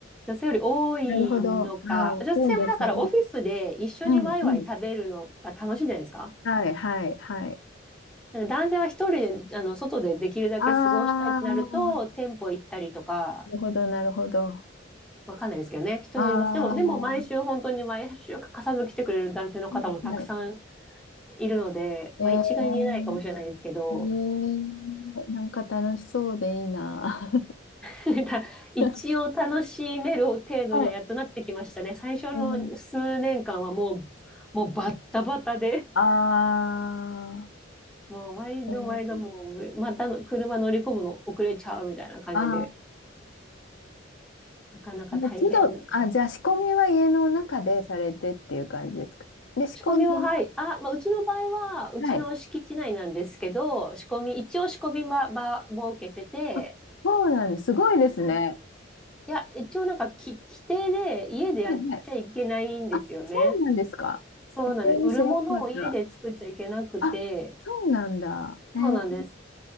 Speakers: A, in the centre; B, on the left.
A: 女性より多いのか、
B: なるほど。ああ、
A: 女性はだからオフィスで一緒にワイワイ食べるのが楽しいんじゃないですか
B: そうですね。うん、うん。はい、はい、はい。
A: なんで男性は一人で、あの、外でできるだけ過ごしたいってなると、
B: ああ、な
A: 店舗行ったりとか、
B: るほど、なるほど。
A: わかんないですけどね、人によります。
B: ああ、
A: でも、
B: は
A: でも毎週本当に毎週欠かさず来てくれる男性の方もたくさん
B: い、はい。
A: いるので、
B: えー
A: まあ一概に言えないかもしれないですけど、
B: えー、なんか楽しそうでいいな。
A: <laughs> なんか一応楽しめる程度にはやっとなってきましたね。
B: <laughs> は
A: 最初の数年間はも
B: い。えー、
A: う、もうバッタバタで、
B: あ
A: もう毎度毎度もう、
B: ー、えー、
A: またの車乗り込むの遅れちゃうみたいな感じで、
B: あ
A: なかなか大変です。
B: ー、もう都度、あ、じゃあ仕込みは家の中でされてっていう感じですか。で、仕込んで、
A: 仕込みは、はい。あ、まあ、うちの場合は、うちの敷地内なんですけど、
B: はい。
A: 仕込み、一応仕込み場、場設けてて、
B: あそうなんです。すごいですね。
A: はいいや、一応なんかき、規定で家でやっちゃいけないんですよね。
B: はいはい。あ、そうなんですか。
A: そうなんです。
B: えー、
A: 売るものを家で作っちゃいけなくて、
B: 知らなかった。あ、そうなんだ。
A: そうなんです。
B: えー、